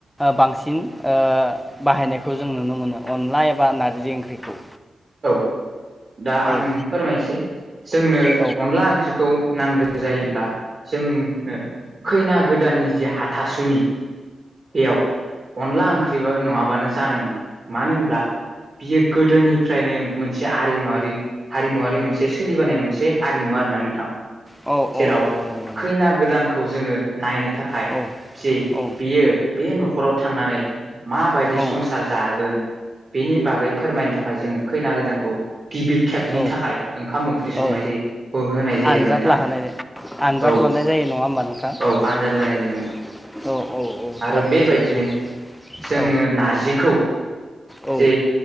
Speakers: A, in the centre; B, on the right.
A: बांसिन ओ बाहायनायखौ जों नुनो मोनो अनला एबा नारजि ओंख्रिखौ
B: औ दा आं
A: औ
B: फोरमायनोसै जोंनो
A: औ
B: अनला ओंख्रिखौ नांगौ जायोब्लाा जोंनो खैना गोदान गोदाननि जे हाथासुनि बेयाव अनला ओंख्रिबो नङाबानो जानाय नङा मानो होनब्ला बियो गोदोनि फोथायनो मोनसे आरिमु हारिमुवारि मोनसे सोलिबोनाय मोनसे आरिमु आरोना नोंथां
A: औ औ
B: जेराव
A: नंगौ नंगौ
B: खैना गोदानखौ जोङो नायनो थाखाय
A: औ
B: जि
A: औ
B: बियो बे न'खराव थांनानै माबायदि
A: औ
B: संसार जाहोगोन बेनि बागै फोरमायनो थाखाय ओफ्राय जोङो खैना गोदानखौ गिबि खेबनि
A: औ
B: थाखाय ओंखाम ओंख्रि
A: औ
B: संनाय जायो खौबो होनाय जायो
A: आनजाद
B: आरो नोंथां
A: लाहोनाय आनजाद
B: औ
A: लानाय जायो नङा होमबा नोंथां
B: औ आनजाद लानाय जायो
A: औ औ औ
B: आरो
A: थारैनो
B: बेबायदिनो
A: सैथो
B: जोङो
A: औ
B: नारजिखौ
A: औ
B: जे